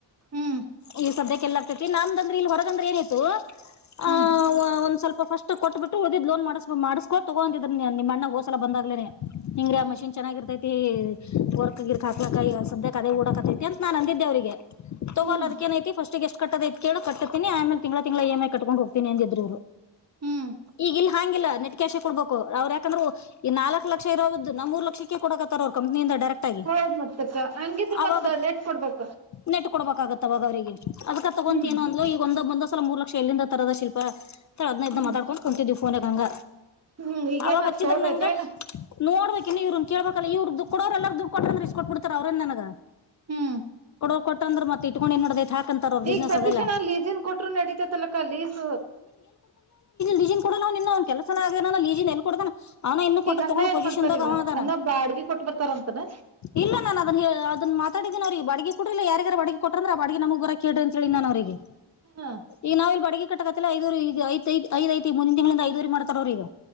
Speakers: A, on the right (about 35°); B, on the left (about 40°).
A: ಹ್ಮ್
B: ಈಗ ಸದ್ಯಕ್ಕೆಲ್ಲ ಆಗ್ತೇತಿ ನಂದ ಅಂದ್ರ ಇಲ್ಲಿ ಹೊರಗಂದ್ರ ಏನಿತ್ತು. ಆ
A: ಹ್ಮ್
B: ಒಂದ ಸ್ವಲ್ಪ ಫಸ್ಟ್ ಕೊಟ್ಬಿಟ್ಟು ಉದಿದ್ ಲೋನ್ ಮಾಡ್ ಮಾಡ್ಕೊ ತಗೊ ಅಂದಿದ್ರ ನಿಮ್ಮ ಅಣ್ಣ ಹೋಸಲ ಬಂದಾಗ್ಲೇನೆ. ಹಿಂಗರೀ
A: ಹ್ಮ್
B: ಆ ಮಷೀನ್ ಚೆನ್ನಾಗಿ ಇರ್ತತಿ ವರ್ಕ್ ಗಿರ್ಕ ಹಾಕ್ಕಕ ಸದ್ಯ ಅದ ಊಡಕತ್ತೈತಿ ಅಂತ ನಾನ್ ಅಂದಿದ್ದ. ಅವರಿಗೆ ತಗೋಲ್ಲ
A: ಹ್ಮ್
B: ಅದಕ್ಕ ಏನ ಐತಿ ಪಸ್ಟ್ಗ ಎಸ್ಟ ಕಟ್ಟದ ಐತಿ ಕೇಳ ಕಟ್ಟತಿನ ಆಮೇಲೆ ತಿಂಗಳ ತಿಂಗಳ ಇ ಎಂ ಐ ಕಟ್ಟಕೊಂಡ ಹೋತೀನಿ ಅಂದಿದ್ರ.
A: ಹ್ಮ್
B: ಈಗ ಇಲ್ ಹಾಂಗಿಲ್ಲ ನೆಟ್ಕ್ಯಾಶೆ ಕೊಡ್ಬೇಕು ಅವ್ರ ಯಾಕಂದ್ರ ಈ ನಾಲ್ಕ ಲಕ್ಷ ಇರೋದ ನ ಮೂರ ಲಕ್ಷಕ್ಕೆ ಕೊಡಕತ್ತಾರ ಅವ್ರ ಕಂಪನಿಯಿಂದ ಡರೆಕ್ ಆಗಿ
A: ಹೌದ್ ಮತ್ತಕ್ಕ ಹಂಗಿದ್ರ
B: ಅವಾಗ
A: ಮತ್ ನೆಟ್ ಕೊಡ್ಬೇಕ
B: ನೆಟ್ ಕೊಡ್ಬೇಕಾಗುತ್ತ. ತವಾಗ ಅವ್ರರಿಗ ಅದ್ಕ ತಗೊಂತ
A: ಹ್ಮ್
B: ಏನು ಅಂದ್ಲು ಈಗ ಒಂದ ಮುಂದ ಸಲ ಮೂರ ಲಕ್ಷ ಎಲ್ಲಿಂದ ತರದ ಶಿಲ್ಪ ಅದ್ನ ಇದ್ದ
A: ಹ್ಮ್
B: ಮಾತಾಡ್ಕೊಂಡ ಕುಂತಿದ್ವಿ ಫೋನಗ ಹಂಗ
A: ಹ್ಮ್ ಈಗೇನ
B: ಅವಾಗ ಹಚ್ಚಿದ್ರ
A: ತೋಳ್ದೈತೆೇನ
B: ನಂಗ. ನೋಡ್ಬೇಕ ಇನ್ನು ಇವ್ರನ ಕೇಳ್ಬೇಕಲ್ಲ ಇವರದ ಕೊಡ್ರಲ್ಲಾರ ದುಡ್ಡ ಕೊಟ್ಟರ ಇಸ್ಕ ಕೊಟ್ ಬಿಟ್ಟರ ಅವ್ರನ್ ನನಗ
A: ಹ್ಮ್
B: ಕೊಡ ಕೊಟ್ಟಂದ್ರ ಮತ್ತ ಇಟ್ಕೊಂಡ ಎನ್ ಮಾಡೋದ ತಿ. ಹಾಕಂತಾರ ಅವರ ಬಿಸಿನೆಸ್
A: ಈಗ ಸತೀಶನ
B: ಅದೆಲ್ಲ
A: ಲೀಸನ್ ಕೊಟ್ರು ನಡೀತೇತಲಕ್ಕ ಲೀಸ್
B: ಲಜನ್ ಕೊಡಲ್ಲ ಅವ್ ಕೆಲಸ ಆಗ ಲಜನ್ ಎ ಕೊಡ ಅವ ಇನ್ನು ಕೊಟ್ಟ
A: ಈಗ ಅನ್ನ
B: ತೊಂಡ
A: ಏನ್
B: ಪೊಸಿಷನಗದ
A: ಮಾಡ್ತಾರ ಈಗ ಅನ್ನ ಬಾಡ್ಗಿ ಕೊಟ್ಟ ಬರ್ತಾರಂತನ
B: ಇಲ್ಲ ನಾನ ಅದ ಅದನ್ನ ಮಾತ್ರ ಯಾರಿಗೆರೆ ಬಡಿಗೆ ಕೊಡಿಲ್ಲ ಯಾರ ಬಡಿಗೆ ಕೊಟ್ಟ್ರ ಆ ಬಡಿಗೆ ನಮಗು ಕೇಳ ಅಂತ ಹೇಳಿ ನಾನು ಅವರಿಗೆ
A: ಹ
B: ಈಗ ನಾವಿಲ್ ಬಡಿಗೆ ಕಟ್ಟಕ ಐ್ರು ಈಗ ಐಐ ಐ ಮೂ ಮುಂದ ದ ತಿಂಗಳಿಂದ ಐದುವರು ಮಾಡ್ತಾರ ಅವ್ರ ಈಗ